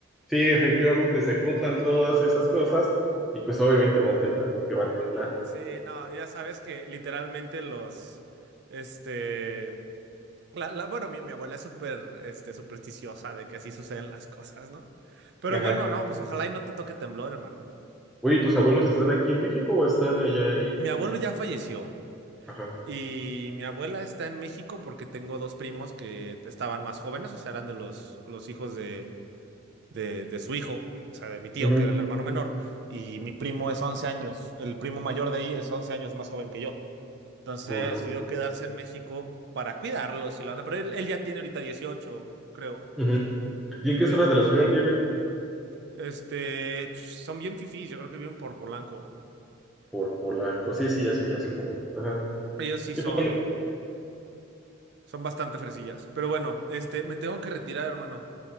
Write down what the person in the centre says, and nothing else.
Sí, efectivamente, se juntan todas esas cosas y pues obviamente va a temblar porque va a temblar.
Ajá.
Oye, ¿y ¿tus abuelos están aquí en México o están allá en...
Ajá.
Ujú.
Uy, no.
Ujú. ¿Y en qué
zona de la ciudad viven?
Por Polanco. Sí, sí, ya sé, ya sé. Polanco. Ajá.
Sí,
Polanco.